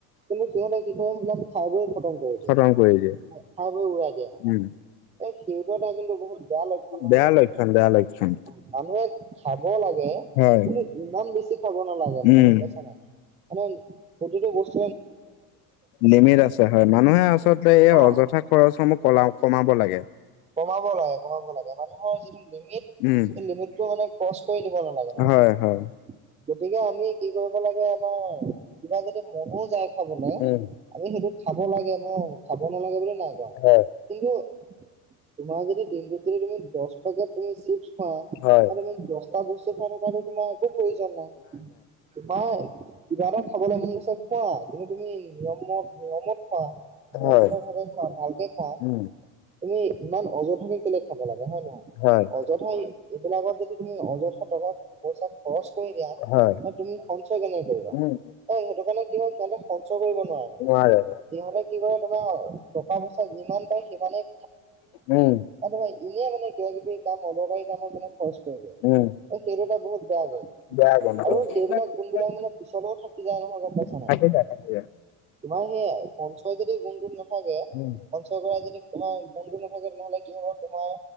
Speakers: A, on the right; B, on the left.
A: কিন্তু সিহ'তে কি কৰে সেইবিলাক খাই বৈ খতম কৰি দিয়ে।
B: খতম
A: খাই
B: কৰি দিয়ে
A: বৈ উৰুৱাই দিয়ে মানে।
B: উম
A: এই সেইটো এটা কিন্তু বহুত বেয়া লক্ষণ নহয়
B: বেয়া
A: গ'ম পাইছা
B: লক্ষণ
A: নে?
B: বেয়া লক্ষণ
A: মানুহে খাব লাগে,
B: হয়
A: কিন্তু ইমান বেছি খাব নালাগে মানে
B: উম
A: গ'ম পাইছ নাই? মানে প্ৰতিটো বস্তু
B: লিমিট আছে হয়, মানুহে আচলতে এই
A: অ
B: অযথা খৰচসমূহ কলা কমাব লাগে।
A: কমাব লাগে কমাব লাগে মানুহৰ যিটো লিমিট
B: উম
A: এই লিমিটটো মানে ক্ৰচ কৰি দিব নালাগে মানুহৰ।
B: হয় হয়
A: গতিকে আমি কি কৰিব লাগে, আমাৰ কিবা যদি মনো যায় খাবলৈ
B: উম
A: আমি সেইটো খাব লাগে, মই খাব নালাগে বুলিও নাই কোৱা
B: হয়।
A: কিন্তু তোমাৰ যদি দিনটোত তুমি দহ পেকেট তুমি চিপছ খোৱা আৰু
B: হয়
A: তুমি দহটা বস্তু খাই থকাটো তোমাৰ একো প্ৰয়োজন নাই। নাই কিবা এটা খাবলৈ মন গৈছে খোৱা, যদি তুমি নিয়মত নিয়মত খোৱা নিয়মিত
B: হয়
A: ভাৱে খোৱা ভালকে খোৱা
B: উম
A: তুমি ইমান অযথাকে কেলে খাব লাগে হয় নে নহয়?
B: হয়
A: অযথা এইবিলাকত যদি তুমি অযথা টকা পইচা খৰচ কৰি দিয়া ন,
B: হয়
A: তুমি সঞ্চয় কেনেকে কৰিবা?
B: উম
A: অ', সেইটো কাৰণে কি হই সিহঁতে সঞ্চয় কৰিব নোৱাৰে মানে।
B: নোৱাৰে।
A: সিহঁতে কি তোমাৰ টকা পইচা যিমান পায় সিমানেই
B: উম।
A: মই দিলেই মানে কিবা কিবি কাম অদৰকাৰী কামৰ মানে খৰচ কৰি দিয়ে,
B: উম
A: সেইটো এটা বহুত বেয়া গুন,
B: বেয়া গন্ধ
A: আৰু
B: থাকি
A: সেইবিলাক
B: যায়
A: কোনবিলাক মানে পিছলৈও থাকি যায় নহয় গ'ম পাইছা নাই?
B: থাকি যায়
A: তোমাৰ সেইয়া সঞ্চয় যদি গুণটো নাথাকে,
B: উম
A: সঞ্চয় কৰা যদি তোমাৰ গুণটো নহ'লে কি হ'ব তোমাৰ